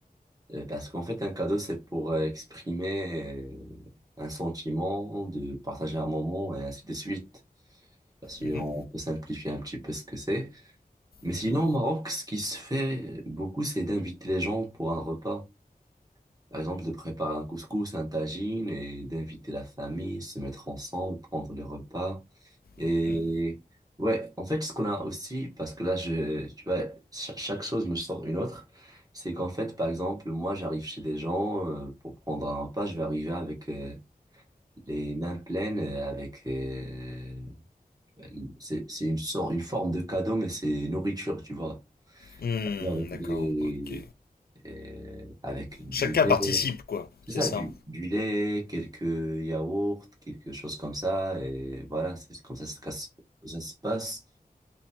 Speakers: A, on the right; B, on the left.
A: euh, parce qu'en fait, un cadeau, c'est pour euh, exprimer euh, un sentiment, de partager un moment et ainsi de suite. Bah, si
B: Mhm,
A: on peut simplifier un petit peu ce que c'est. Mais sinon,
B: mhm,
A: au Maroc, ce qui se fait beaucoup, c'est d'inviter les gens pour un repas. Par exemple, de préparer un couscous, un tagine, et d'inviter la famille, se mettre ensemble, prendre les repas. Et
B: mhm.
A: ouais, en fait, ce qu'on a aussi, parce que là, je, tu vois, cha- chaque chose me sort une autre, c'est qu'en fait, par exemple, moi, j'arrive chez des gens euh, pour prendre un repas, je vais arriver avec euh, les mains pleines, euh, avec euh, ben, C'est, c'est une sorte, une forme de cadeau, mais c'est nourriture, tu vois.
B: Hmm,
A: Avec
B: d'accord,
A: des,
B: ok.
A: euh, avec
B: Chacun
A: du lait.
B: participe, quoi,
A: C'est
B: c'est
A: ça,
B: ça.
A: du, du lait, quelques yaourts, quelque chose comme ça. Et voilà, c'est comme ça, se casse- ça se passe.